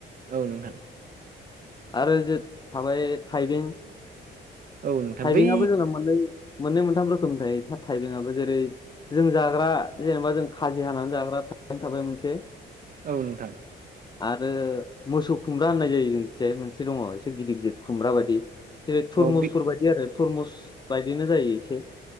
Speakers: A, on the right; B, on the left.
A: औ नोंथां
B: आरो थाबाय थाइबें
A: औ नोंथां
B: थाइबिंआबो
A: बै
B: जोंना मोननै मोननै मोनथाम रोखोमनि थायो था थाइबेंआबो जेरै जों जाग्रा जेनेबा जों खाजि हानानै जाग्रा <unintelligible> थाबाय मोनसे
A: औ नोंथां
B: आरो मोसौ खुमब्रा होननाय जायो जोंनिथिंजाय मोनसे दङ एसे गिदिर गिदिर खुमब्रा बायदि जेरै थुरमुसफोर
A: औ बे
B: बायदि आरो थुरमुस बायदिनो जायो एसे